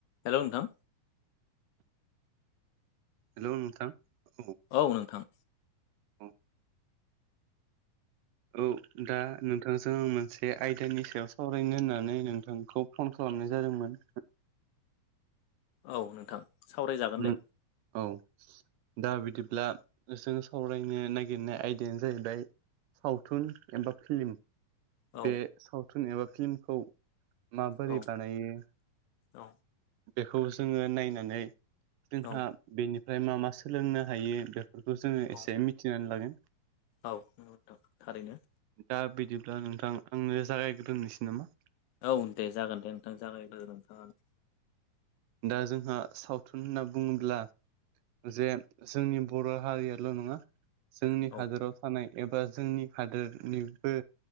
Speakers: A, on the left (about 80°); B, on the right (about 80°).
A: हेलौ नोंथां
B: हेलौ नोंथां औ
A: औ नोंथां।
B: औ औ दा नोंथां जोङो मोनसे आयदानि सायाव सावरायनो होननानै नोंथांखौ फन खालामनाय जादोंमोन।
A: औ नोंथां। सावरायजागोन
B: उम
A: दे
B: औ। दा बिदिब्ला जों सावरायनो नागिरनाय आयदायानो जाहैबाय सावथुन एबा फिल्म
A: औ
B: बे सावथुन एबा फिल्मखौ माबोरै
A: औ
B: बानायो?
A: औ
B: बेखौ जोङो नायनानै जोंहा
A: औ
B: बेनिफ्राय मा मा सोलोंनो हायो बे बेखौ जोङो एसे
A: औ
B: मिथिनानै लागोन।
A: औ नां थारैनो
B: दा बिदिब्ला नोंथां आंनो जागायग्रदोंनोसै नामा?
A: औ दे जागोन दे नोंथां जागायग्रो नोंथाङानो।
B: दा जोंहा सावथुन होनना बुङोब्ला जे जोंनि बर' हारियाल' नङा जोंनि
A: औ
B: हादोराव थानाय एबा जोंनि हादोरनिबो